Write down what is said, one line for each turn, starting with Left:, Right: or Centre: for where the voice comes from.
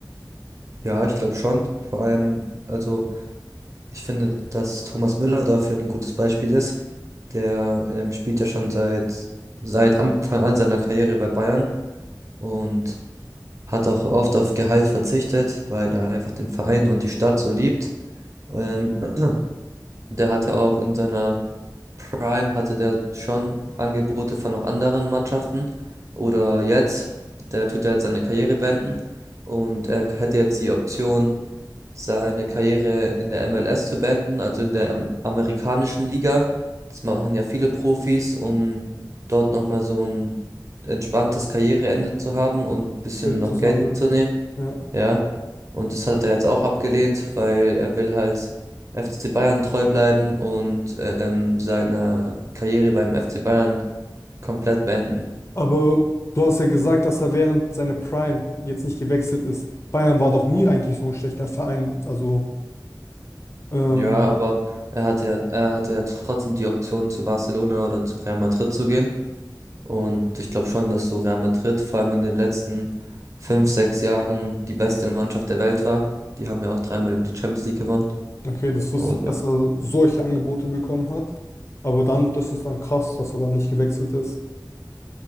Right: Ja, ich glaube schon. Vor allem, also ich finde, dass Thomas Müller dafür ein gutes Beispiel ist. Der ähm, spielt ja schon seit, seit Anfang an seiner Karriere bei Bayern und hat auch oft auf Gehalt verzichtet, weil er einfach den Verein und die Stadt so liebt. Ähm, <clears throat> der hatte auch in seiner Prime hatte der schon Angebote von auch anderen Mannschaften. Oder jetzt, der tut ja jetzt seine Karriere beenden und er hätte jetzt die Option, seine Karriere in der MLS zu beenden, also in der am- amerikanischen Liga. Das machen ja viele Profis, um dort nochmal so ein entspanntes Karriereende zu haben und ein bisschen
Left: Geld
Right: noch
Left: zu sammeln.
Right: Geld mitzunehmen.
Left: Ja.
Right: Ja. Und das hat er jetzt auch abgelehnt, weil er will halt FC Bayern treu bleiben und ähm, seine Karriere beim FC Bayern komplett beenden.
Left: Aber du hast ja gesagt, dass er während seiner Prime jetzt nicht gewechselt ist. Bayern war doch nie eigentlich so ein schlechter Verein. Also, ähm,
Right: Ja, aber er hatte ja, er hatte ja trotzdem die Option zu Barcelona oder zu Real Madrid zu gehen. Und ich glaube schon, dass so Real Madrid vor allem in den letzten fünf, sechs Jahren die beste Mannschaft der Welt war. Die haben ja auch dreimal die Champions League gewonnen.
Left: okay, das wusste
Right: Und
Left: ich,
Right: ja.
Left: dass er solche Angebote bekommen hat. Aber dann, das ist dann krass, dass er dann nicht gewechselt ist.